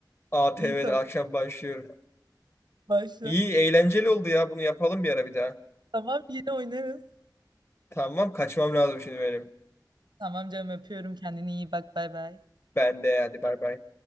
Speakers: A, on the left (about 35°); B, on the right (about 80°).
A: A ATV'de
B: İyi tamam
A: akşam başlıyorum.
B: başla.
A: İyi eğlenceli oldu ya. Bunu yapalım bir ara bir daha.
B: Tamam yine oynarız.
A: Tamam kaçmam lazım şimdi benim.
B: Tamam canım öpüyorum kendine iyi bak bay bay.
A: Ben de hadi bay bay.